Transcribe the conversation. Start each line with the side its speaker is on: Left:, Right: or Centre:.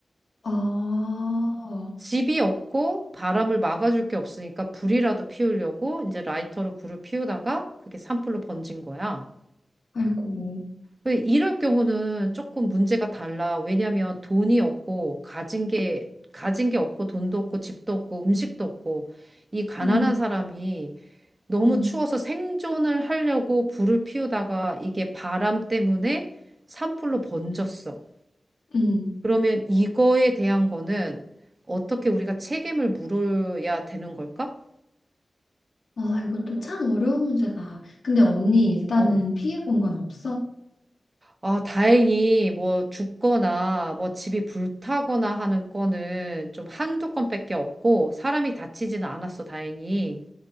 Left: 아,
Right: 집이 없고 바람을 막아줄 게 없으니까 불이라도 피우려고 이제 라이터로 불을 피우다가 그게 산불로 번진 거야.
Left: 아이고.
Right: 그 이럴 경우는 조금 문제가 달라. 왜냐하면 돈이 없고 가진 게 가진 게 없고 돈도 없고 집도 없고 음식도 없고 이 가난한
Left: 응
Right: 사람이 너무
Left: 응
Right: 추워서 생존을 하려고 불을 피우다가 이게 바람 때문에 산불로 번졌어.
Left: 응
Right: 그러면 이거에 대한 거는 어떻게 우리가 책임을 물어야 되는 걸까?
Left: 아, 이것도 참 어려운 문제다. 근데 언니 일단은
Right: 어.
Left: 피해 본 건 없어?
Right: 아, 다행히 뭐 죽거나 뭐 집이 불타거나 하는 건은 좀 한두 건밖에 없고 사람이 다치지는 않았어, 다행히.